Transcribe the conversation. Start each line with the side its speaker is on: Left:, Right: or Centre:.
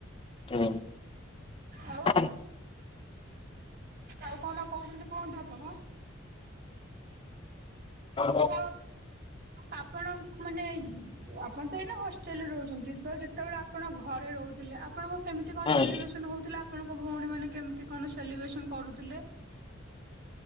Left: ହଁ
Right: ଆଉ ଆଉ କଣ କହୁଛନ୍ତି କୁହନ୍ତୁ ଆପଣ
Left: ହ
Right: ତ ଆପଣ ମାନେ ଆପଣ ତ ଏଇନା ହଷ୍ଟେଲରେ ରହୁଛନ୍ତି ତ ଯେତେବେଳେ ଆପଣ ଘରେ ରହୁଥିଲେ ଆପ୍ ଆପଣଙ୍କୁ କେମିତି କଣ
Left: ହୁଁ
Right: ସେଲିବ୍ରେସନ ହୋଉଥିଲା? ଆପଣଙ୍କ ଭଉଣୀ ମାନେ କେମିତି କଣ ସେଲିବ୍ରେସନ କରୁଥିଲେ?